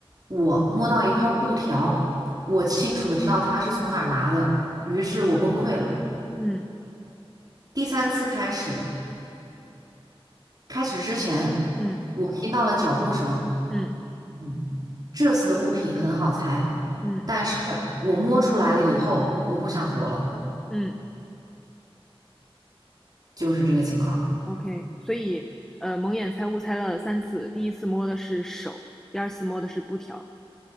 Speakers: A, on the right (about 45°); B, in the centre.
A: 我摸到一块布条，我清楚的知道他是从哪儿拿的，于是我崩溃了。
B: 嗯
A: 第三次开始，开始之前我听到了脚步声，
B: 嗯嗯
A: 嗯，这次的物品很好猜，
B: 嗯
A: 但是我摸出来了以后，我不想活了，
B: 嗯
A: 就是这个情况。
B: OK，所以呃，蒙眼猜物猜了三次，第一次摸的是手，第二次摸的是布条，